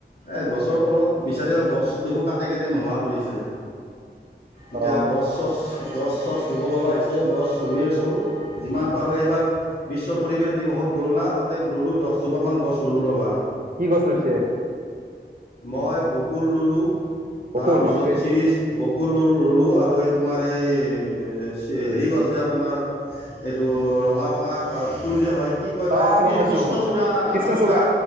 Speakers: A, on the left (about 60°); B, on the right (about 45°).
A: এই গছৰ তলত বিচাৰি গছ দেখো কাটি কাটি নোহোৱা কৰি আছে। এতিয়া
B: অঁ
A: গছ চছ । গছ চছ ৰুব লগা হৈছে গছ ৰুই আছোঁ যিমান পাৰোঁ এইবাৰ বিশ্ব পৰিৱেশ দিৱসত গ'ল না তাতে ৰুলোঁ দহজোপামান গছ ৰুলোঁ ৰ'বা ।
B: কি গছ ৰুইছে।
A: মই বকুল ৰুলোঁ।
B: বকুল
A: তাৰপিছত
B: ঘৰতে
A: চিৰিজ। বকুল ৰুল ৰুলো আৰু এই। তোমাৰ এই অ' । চে হেৰি গছ যে আপোনাৰ এইটো ৰঙা ৰঙা ফুল যে হয়। কি কয় বা
B: অঁ
A: এইটো কি
B: গম পাইছোঁ
A: কৃষ্ণচূড়া, ৰাধাচূড়া
B: কৃষ্ণচূড়া